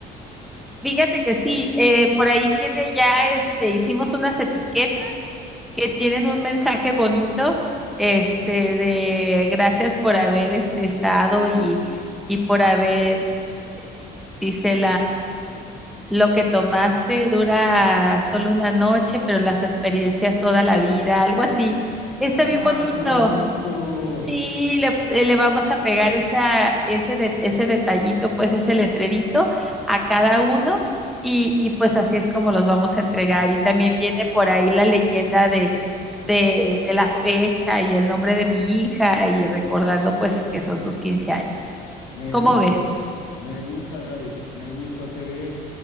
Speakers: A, in the centre; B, on the left.
A: Fíjate que sí, eh, por ahí tiene ya, este, hicimos unas etiquetas que tienen un mensaje bonito, este, de gracias por haber, este, estado y, y por haber, eh, dice Lo que tomaste dura solo una noche, pero las experiencias toda la vida, algo así. Está
B: ¡Ah,
A: bien bonito.
B: qué bonito!
A: Sí, le, eh, le vamos a pegar esa, ese, de- ese detallito, pues ese letrerito a cada uno y, y pues así es como los vamos a entregar. Y también viene por ahí la leyenda de, de, de la fecha y el nombre de mi hija y recordando pues que son sus 15 años.
B: Me
A: ¿Cómo
B: gusta,
A: ves?
B: me gusta, Gaby, me gusta, se ve